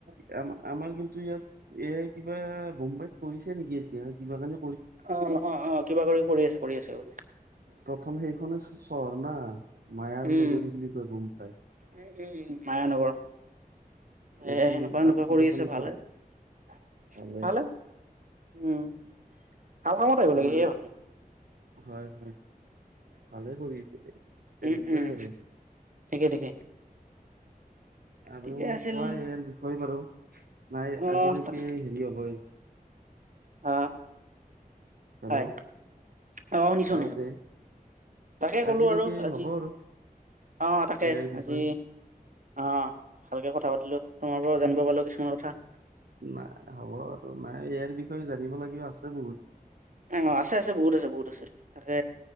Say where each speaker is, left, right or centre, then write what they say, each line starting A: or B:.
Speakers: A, on the right; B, on the right.
A: আম-আমাৰ কিন্তু ইয়াত এ, কিবা বোম্বাইত পৰিছে নেকি এতিয়া কিবা কেনে
B: অ', অ', অ', কিবা কৰি কৰি আছে কৰি আছে বুলি।
A: প্ৰথম সেইখনে চহৰ না, মায়াৰ
B: উম
A: নগৰী বুলি কয় বোম্বাই।
B: উম, উম, মায়ানগৰ। এ,
A: এইটো
B: সেনেকুৱা সেনেকুৱা
A: তাত কিবা
B: কৰি
A: কাৰণে
B: আছে ভালহে।
A: ভালে
B: ভালহে উম। ভাল কামত আহিব
A: তোমাৰ
B: লাগে সিয়ে
A: হয় হয়। ভালে কৰিছে, তেনেকুৱাই
B: উম উম
A: আৰু।
B: ঠিকে ঠিকে
A: আৰু
B: ঠিকে আছিল
A: কোৱা ইয়াৰ বিষয়ে বাৰু নাই
B: অ',
A: আজিলৈকে
B: তা
A: হেৰি হ'ব এই
B: আ,
A: হেল্ল'
B: হয় অ', শুনিছোঁ
A: কোৱাতে
B: শুনিছোঁ। তাকে ক'লো
A: আজিলৈকে
B: আৰু আজি,
A: হ'ব আৰু
B: অ', তাকে
A: ইয়াৰ বিষয়ে
B: আজি অ', ভালকে কথা পাতিলোঁ তোমাৰ পৰাওঁ জানিব পাৰিলোঁ কিছুমান কথা।
A: নাই হ'ব আৰু নাই ইয়াৰ বিষয়ে জানিব লাগিব আছে বহুত।
B: অ', আছে আছে বহুত আছে বহুত আছে তাকে